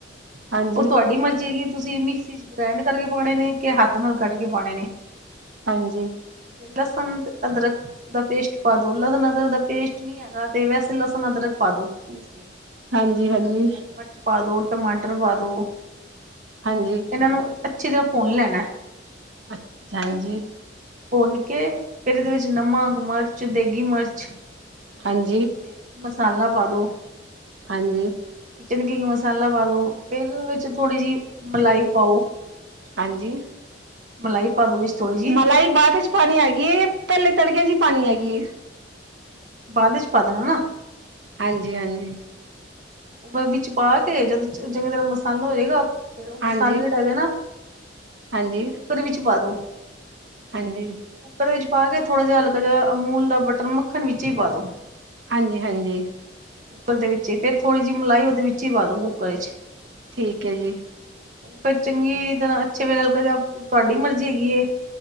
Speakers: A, on the right; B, on the right.
A: ਹਾਂਜੀ
B: ਓ ਤੁਆਡੀ ਮਰਜ਼ੀ ਹੈਗੀ ਤੁਸੀਂ ਮਿਕਸੀ ਚ ਗ੍ਰੈਂਡ ਕਰਕੇ ਪਾਣੇ ਨੇ ਕੇ ਹ- ਥਾ ਨਾਲ ਕੱਟ ਕੇ ਪਾਣੇ ਨੇ।
A: ਹਾਂਜੀ
B: ਲਸਣ ਤੇ ਅਦਰਕ ਦਾ ਪੇਸਟ ਪਾਦੋ ਲਸਣ-ਅਦਰਕ ਦਾ ਪੇਸਟ ਨੀ ਹੈਗਾ ਤੇ ਵੈਸੇ ਲਸਣ-ਅਦਰਕ ਪਾਦੋ ਪੀਸ ਕੇ,
A: ਹਾਂਜੀ ਹਾਂਜੀ
B: ਹਰੀ ਮਰਚ ਤੇ ਪਾਦੋ, ਟਮਾਟਰ ਪਾਦੋ
A: ਹਾਂਜੀ
B: ਏਨਾਂ ਨੂੰ ਅੱਛੀ ਤਰ੍ਹਾਂ ਪੁੰਨ ਲੈਣਾ
A: ਅੱਛ ਹਾਂਜੀ
B: ਪੁੰਨ ਕੇ ਫਿਰ ਏਦੇ ਵਿੱਚ ਨਮਕ, ਮਰਚ, ਦੇਗੀ ਮਰਚ
A: ਹਾਂਜੀ
B: ਤੇ ਮਸਾਲਾ ਪਾਦੋ।
A: ਹਾਂਜੀ।
B: ਕਿਚਨ ਕਿਂਗ ਮਸਾਲਾ ਪਾਦੋ ਏਦੇ ਵਿੱਚ ਥੋੜ੍ਹੀ ਜੀ ਮਲਾਈ ਪਾਓ,
A: ਹਾਂਜੀ
B: ਮਲਾਈ ਪਾਦੋ ਵਿੱਚ ਥੋੜ੍ਹੀ ਜੀ।
A: ਮਲਾਈ ਬਾਅਦ ਚ ਪਾਣੀ ਹੈਗੀ ਏ ਪੈਲੇ ਤੜਕੇ ਚ ਈ ਪਾਣੀ ਹੈਗੀ ਏ।
B: ਬਾਅਦ ਇਚ ਪਾ ਦੇਣਾ ਨਾ।
A: ਹਾਂਜੀ-ਹਾਂਜੀ।
B: ਓ ਫਿਰ ਵਿੱਚ ਪਾ ਕੇ ਜਦੋਂ ਚੰਗੀ ਤਰ੍ਹਾਂ ਮਸਾਲਾ ਹੋ ਜੇਗਾ ਫੇਰ ਓ
A: ਹਾਂਜੀ
B: ਮਸਾਲੇ ਜੇੜੇ ਹੈਗੇ ਨਾ ਓ
A: ਹਾਂਜੀ
B: ਤੁਸੀਂ ਕੁੱਕਰ ਵਿੱਚ ਪਾਦੋ।
A: ਹਾਂਜੀ।
B: ਕੁੱਕਰ ਵਿੱਚ ਪਾ ਕੇ ਥੋੜ੍ਹਾ ਜੇਆ ਹਲਕਾ ਜੇਆ ਅਮੂਲ ਦਾ ਬਟਰ ਮੱਖਣ ਵਿੱਚੇ ਈ ਪਾਦੋ।
A: ਹਾਂਜੀ-ਹਾਂਜੀ‌।
B: ਕੁੱਕਰ ਦੇ ਵਿੱਚੇ ਈ ਫੇਰ ਥੋੜ੍ਹੀ ਜੀ ਮਲਾਈ ਓਦੇ ਵਿੱਚੇ ਈ ਪਾਦੋ ਕੁੂੱਕਰ ਇਚ
A: ਠੀਕ ਏ ਜੀ।
B: ਫੇਰ ਚੰਗੀ ਤਰ੍ਹਾਂ ਅੱਛੇ ਜੇਆ ਹਲਕਾ ਜੇਆ ਤੁਆਡੀ ਮਰਜ਼ੀ ਹੈਗੀ ਏ